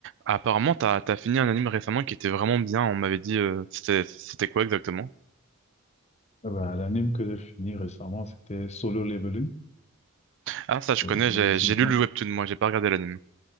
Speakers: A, on the right; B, on the left.
A: Apparemment, t'as, t'as fini un anime récemment qui était vraiment bien. On m'avait dit, euh, c'était, c'était quoi exactement?
B: Ah bah, l'anime que j'ai fini récemment, c'était Solo Leveling,
A: Ah, ça, je
B: euh,
A: connais,
B: la
A: j'ai,
B: saison.
A: j'ai lu le webtoon, moi, j'ai pas regardé l'anime.